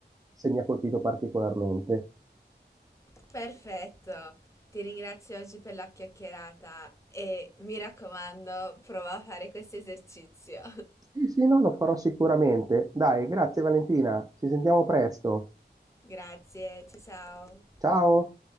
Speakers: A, on the right; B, on the left.
A: se mi ha colpito particolarmente.
B: Perfetto! Ti ringrazio oggi per la chiacchierata e mi raccomando, prova a fare questo esercizio.
A: Sì, sì, no, lo farò sicuramente. Dai, grazie Valentina, ci sentiamo presto.
B: <laughs> Grazie, ciao ciao!
A: Ciao!